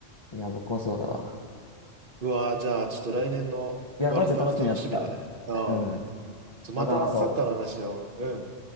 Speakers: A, on the left (about 35°); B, on the right (about 50°).
A: いや、僕もそうだわ。
B: うわー、じゃあ、ちょっと来年のワールドカップ楽しみだね。
A: いや、マジで楽しみになってきたわ。
B: うん。
A: うん。
B: ちょまたサッカーの話を。
A: また話そう。
B: うん。